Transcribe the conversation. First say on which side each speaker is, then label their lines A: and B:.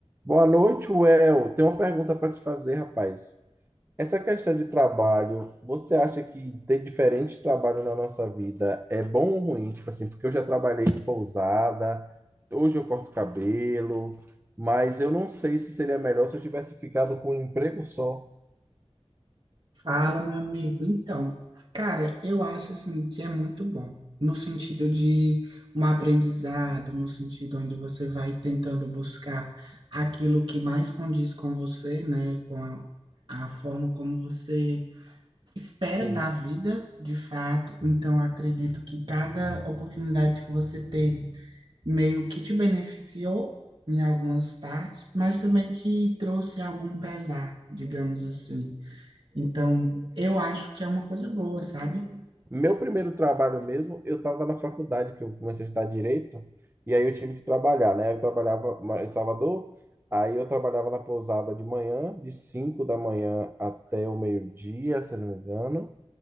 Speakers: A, on the right (about 20°); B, on the right (about 50°).
A: Boa noite, Well. Tenho uma pergunta para te fazer, rapaz. Essa questão de trabalho, você acha que ter diferentes trabalhos na nossa vida é bom ou ruim? Tipo assim, porque eu já trabalhei em pousada, hoje eu corto cabelo, mas eu não sei se seria melhor se eu tivesse ficado com um emprego só.
B: Fala, meu amigo. Então, cara, eu acho assim que é muito bom, no sentido de um aprendizado, no sentido onde você vai tentando buscar aquilo que mais condiz com você, né, com a, a forma como você espera
A: Sim.
B: da vida, de fato. Então, acredito que cada oportunidade que você teve meio que te beneficiou em algumas partes, mas também que trouxe algum pesar, digamos assim. Então, eu acho que é uma coisa boa, sabe?
A: Meu primeiro trabalho mesmo, eu estava na faculdade, que eu comecei a estudar direito, e aí eu tive que trabalhar, né? Eu trabalhava ma- em Salvador, aí eu trabalhava na pousada de manhã, de 5 da manhã até o meio-dia, se eu não me engano,